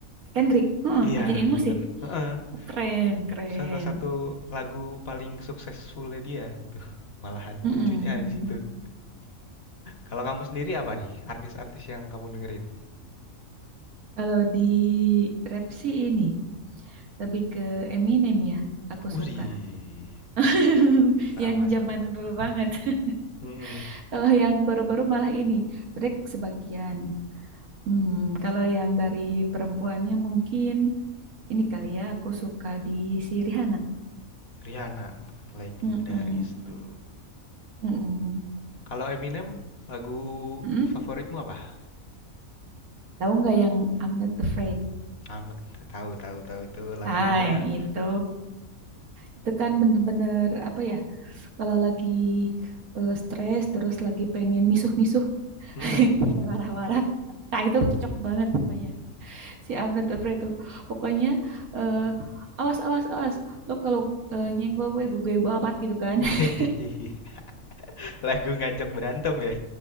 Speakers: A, on the right; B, on the left.
A: Kendrick. Heeh,
B: Iya,
A: dijadiin musik.
B: bener. Heeh,
A: Keren, keren.
B: salah satu lagu paling suksesfulnya dia itu. Malahan
A: Mm-mm,
B: lucunya
A: mm.
B: di situ. Kalau kamu sendiri apa nih artis-artis yang kamu dengerin?
A: Kalau di rap sih ini lebih ke Eminem ya. Aku
B: Wih,
A: suka <laughs>
B: sama-sama.
A: yang zaman dulu banget.
B: Mm-mm.
A: <laughs> Kalau yang baru-baru malah ini Drake sebagian. Hmm, kalau yang dari perempuannya mungkin ini kali ya. Aku suka di si Rihanna.
B: Rihanna, legendaris
A: Mm-mm.
B: itu.
A: Mm-mm.
B: Kalau Eminem, lagu
A: Mm-mm.
B: favoritmu apa?
A: Tahu nggak yang I'm Not Afraid?
B: I'm not- tahu tahu tahu itu lagunya.
A: Nah, yang itu itu kan bener-bener apa ya? Kalau lagi eh, stres terus lagi pengen misuh-misuh,
B: Mm-mm.
A: <laughs> pengen marah-marah. Nah, itu cocok banget pokoknya. Si I'm Not Afraid tuh. Pokoknya eh, awas awas awas. Lo kalau eh, nyenggol gue, gue gue babat gitu kan.
B: <laughs>
A: <laughs>
B: Lagu ngajak berantem ya.